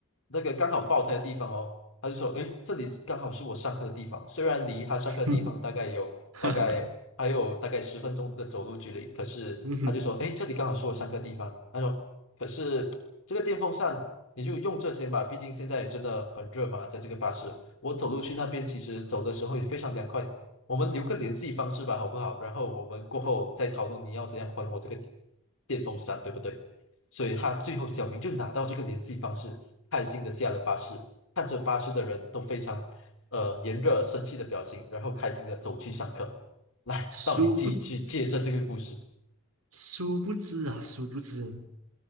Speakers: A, on the left; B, on the right.
A: 那个刚好爆胎的地方哦。他就说，诶，这里刚好是我上课的地方，虽然离他上课的地方大概有大概还有大概十分钟的走路距离，
B: 哼，<laughs> 哈哈，
A: 可是他就说，
B: 嗯哼，
A: 诶，这里刚好是我上课的地方。他说，可是这个电风扇你就用这些吧，毕竟现在真的很热嘛，在这个巴士，我走路去那边其实走的时候也非常凉快。我们留个联系方式吧，好不好？然后我们过后再讨论你要怎样还我这个电风扇，对不对？所以他最后小明就拿到这个联系方式，开心的下了巴士。看着巴士的人都非常呃炎热生气的表情，然后开心的走去上课。来，
B: 殊不知，
A: 到你继去借着这个故事，
B: 殊不知啊，殊不知，